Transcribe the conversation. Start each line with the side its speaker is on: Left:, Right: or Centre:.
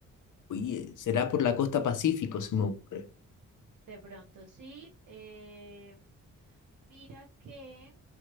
Left: oye, será por la costa Pacífico, se me ocurre.
Right: De pronto sí. Eh, mira que...